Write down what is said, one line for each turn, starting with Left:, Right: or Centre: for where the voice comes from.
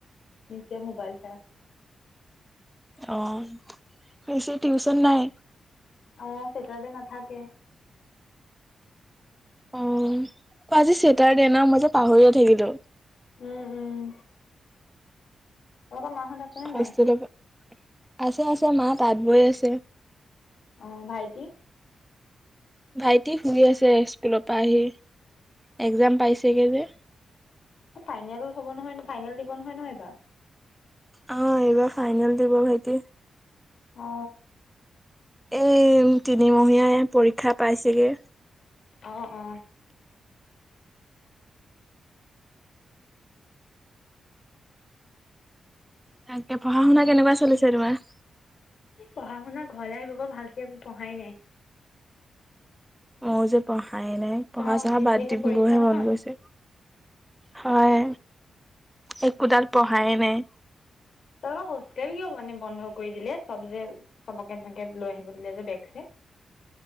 Left: নিশ্চয় মোবাইল চাই আছে।
Centre: অ। ৰিছি, টিউচন নাই?
Left: অহ, চেটাৰডে নাথাকে।
Centre: অ, অ আজি চেতাৰডে ন, মই যে পাহৰিয়ে থাকিলো।
Left: উম উম। তহঁত মা হত আছেনে
Centre: হোষ্টেলৰ
Left: নাই?
Centre: পৰা আছে আছে মা তাঁত বৈ আছে।
Left: অ ভাইটি?
Centre: ভাইটি শুই আছে, স্কুলৰ পৰা আহি। এক্জাম পাইছেগে যে।
Left: ফাইনেল। হ'ব নহয় ফাইনেল দিব নহয় ন এইবাৰ?
Centre: অ এইবাৰ ফাইনেল দিব ভাইটি।
Left: অ।
Centre: এ। তিনিমহীয়া পৰীক্ষা। ক্ষা পাইছেগে।
Left: অ অ।
Centre: তাকে পঢ়া, শুনা কেনেকুৱা চলিছে তোমাৰ?
Left: পঢ়া শুনা ঘৰলৈ আহিব বাৰ ভালকে একো পঢ়াই নাই।
Centre: মই যে পঢ়া। য়ে নাই, পঢ়া
Left: তোমাৰ
Centre: চহা
Left: ঊনত্ৰিশ
Centre: বাদ
Left: তাৰিখে
Centre: দিবোৰহে
Left: পৰীক্ষা নহয়
Centre: মন গৈছে। হয়। একোডাল পঢ়াই নাই।
Left: তহঁতৰ হোষ্টেল কিয় মানে বন্ধ কৰি দিলে, চব যে চবকে তেনেকে লৈ আহিব দিলে যে বেগখিনি?